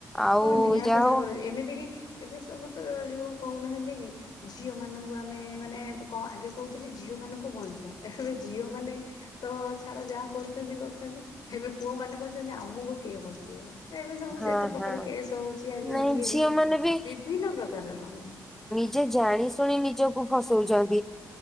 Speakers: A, in the centre; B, on the left (about 65°).
A: ଆଉ
B: ହଁ ନିହାତି
A: ଯାହା
B: ଭାବରେ
A: ହଉ
B: ଏମିତି କିି ଏବେ ସବୁ ତ ଯେଉଁ କହୁନାହାନ୍ତି କି ଝିଅ ମାନଙ୍କୁ ଆମେ ମାନେ କଣ ଆଗେ କହୁଥିଲେ ଝିଅ ମାନଙ୍କୁ ବଞ୍ଚାଅ ଏବେ ଝିଅ ମାନେ ତ ଛାଡ ଯାହା କରୁଚନ୍ତି କରୁଚନ୍ତି ଏବେ ପୁଅ ମାନେ କହୁଚନ୍ତି ଆମକୁ କିଏ ପୋଷିବ ଏବେ ସବୁ
A: ହଁ
B: ଯେତେ ପ୍ରକାର
A: ହଁ
B: କେସ୍ ହଉଚି ଆଜିକାଲି
A: ନାଇଁ
B: ଇଏରେ
A: ଝିଅ ମାନେ ବି
B: ବିଭିନ୍ନ ପ୍ରକାର ର।
A: ସେ ଜାଣି ଶୁଣି ନିଜକୁ ଫସଉଚନ୍ତି।